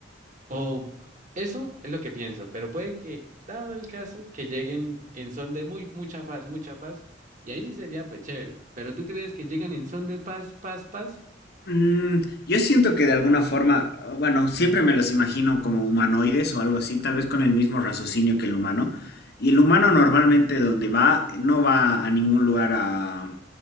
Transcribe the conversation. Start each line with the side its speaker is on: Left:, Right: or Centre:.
Right: O eso es lo que pienso, pero puede que, dado el caso, que lleguen en son de muy, mucha paz, mucha paz, y ahí sí sería pues chévere. Pero ¿tú crees que llegan en son de paz, paz, paz?
Left: Mm, yo siento que de alguna forma, uh, bueno, siempre me los imagino como humanoides o algo así, tal vez con el mismo raciocinio que el humano. Y el humano normalmente donde va, no va a ningún lugar a